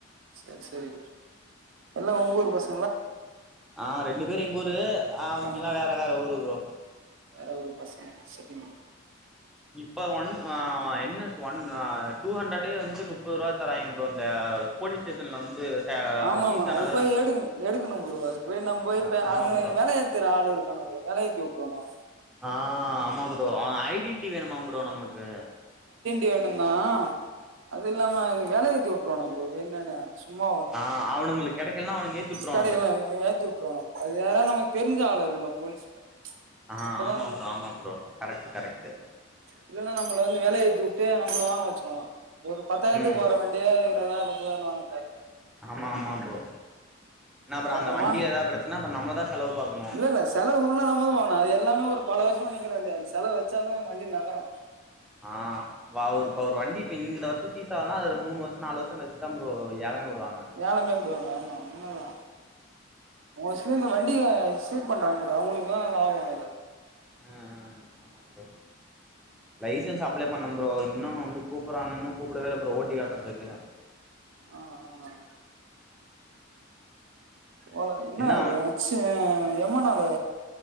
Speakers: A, on the right (about 70°); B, in the centre.
A: ச்செரி செரி எல்லாம் ஒங்கரூ பச
B: ஆ ரெண்டு பேரு எங்க ஊரு அவங்க
A: ஆ
B: எல்லாம் வேற வேற ஊரு ப்ரோ
A: வேற ஊரு பசங்க செட்டில்
B: இப்ப ஒன் அ என் எஸ் ஒன் அ டூ ஹண்ட்ரடே வந் முப்பது ரூபாயா தறாய்ங்க ப்ரோ அந்த போலீஸ் ஸ்டேஷன்ல வந்து ச
A: ஆமாமா
B: சீஸ் ஆனதெல்லா
A: அது போயி எடுகணு எடுகணு ப்ரோ அது போய் நா போயி
B: ஆ
A: இப்ப
B: ஆமா
A: அது
B: ப்ரோ
A: வேலயத் இத்தர ஆலுக இருக்கனு புரோ வெலயேத்தி உட்ருவாணுவோ
B: ஆ ஆமாம் ப்ரோ அவ ஐடின்ட்டி வேணுமா ப்ரோ நமக்கு
A: வேணும்னா அது இல்லாம வெலயேத்தி உட்ருவாணுவ ப்ரோ வேண்ணணு சும்மா
B: ஆ அவனுங்களுக்கு கெடைக்கலனா அவனுங்க ஏத்தி வுட்ருவானுங்க
A: கடைகல்லா ஏத்தி உட் ப்ரோ அது யாரா நமக் தெரிஞ்ச ஆளு இருகணு போலீஸ்ல
B: ஆ
A: அப்பதா
B: ஆமா ப்ரோ ஆமா ப்ரோ கரெக்ட் கரெக்ட்
A: இல்லனா நம்மள வந்து வெல ஏத்தி உட்டு நம்ள வாங்க வச்சிருவாகோ ஒரு பத்தாயிரதுக்கு
B: ம்
A: போற வண்டிய இருவதாயிர முப்பதாயிரன் வாங்கணு
B: ஆமா ஆமா ப்ரோ நா அப்றம்
A: அதுக்கப்புறமா
B: அந்த வண்டிய எதாது பிரச்சன நம்மள தா செலவு பாக்கனு
A: இல்ல இல்ல செலவு புல்லா நம் தா பாக்கனு அதெல்லாமே ஒரு பல வருசமா நிக்கிற வண்டி அத செலவுவச்சாதா வண்டி நகரு
B: ஆ வாவ் ஒரு இப்ப ஒரு வண்டி இப்ப இந்த வர்சோ சீஸ் ஆனா அதுல மூணு வர்ஷம் நாலு வர்ஷம் கழிச்சிதா ப்ரோ ஏலமே உடுவாங்க
A: ஏலமே உடுவாங்க ஆமா உண்ம தா மோஸ்லி இந்த வண் டிகே சீர் பண்றாங்க பாரு அவுங்ளுக்கு தா லாபோ அதல
B: ம் ம் ம் புரோ லைசன்ஸ் அப்ளை பண்ண ப்ரோ இன்னு வந்து கூப்பர்றாங்க இன்னு கூப்டவே இல்ல ப்ரோ ஓட்டி காட்றதுகு
A: ஆ ஆ ஒல இன்னா
B: என்ன
A: ஒரு அச்சி எம்மா நாளு